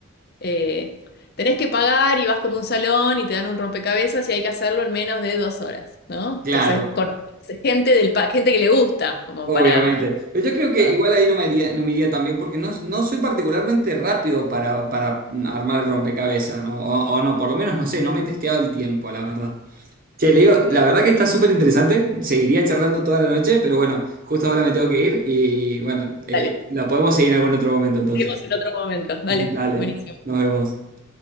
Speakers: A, on the left; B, on the right.
A: Eh, tenés que pagar y vas como a un salón y te dan un rompecabezas y hay que hacerlo en menos de dos horas, ¿no?
B: Claro.
A: Entonces, conoces gente del pa- gente que le gusta, como
B: Obviamente.
A: para,
B: Pero yo creo que
A: para-
B: igual ahí no me iría, no me iría tan bien porque no, no soy particularmente rápido para, para armar el rompecabezas, ¿no? O, o no, por lo menos no sé, no me he testeado el tiempo, la verdad. Che, le digo,
A: No,
B: la verdad que está súper interesante, seguiría charlando toda la noche, pero bueno, justo ahora me tengo que ir y bueno, eh,
A: dale,
B: la podemos seguir en algún otro momento entonces.
A: seguimos en otro momento.
B: <laughs>
A: Dale,
B: Dale,
A: buenísimo.
B: nos vemos.